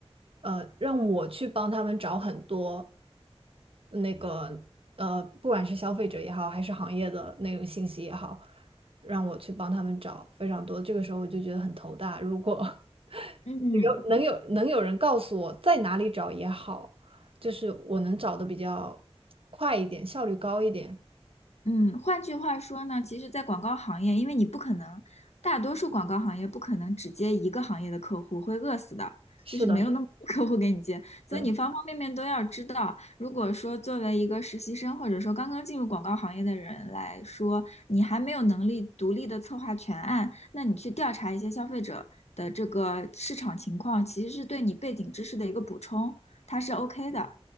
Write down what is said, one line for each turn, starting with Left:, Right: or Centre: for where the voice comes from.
Right: 呃，让我去帮他们找很多那个，呃，不管是消费者也好，还是行业的那种信息也好，让我去帮他们找非常多。这个时候我就觉得很头大，如果
Left: 嗯
Right: <laughs> 有能有能有人告诉我在哪里找也好，就是我能找的比较快一点，效率高一点。
Left: 嗯，换句话说呢，其实，在广告行业，因为你不可能，大多数广告行业不可能只接一个行业的客户，会饿死的，
Right: 是的，
Left: 就是没有那么多
Right: 是的，
Left: <laughs> 客户给你接，所以你方方面面都要知道。
Right: 对，
Left: 如果说作为一个实习生，或者说刚刚进入广告行业的人来说，你还没有能力独立的策划全案，那你去调查一些消费者的这个市场情况，其实是对你背景知识的一个补充，它是 OK 的。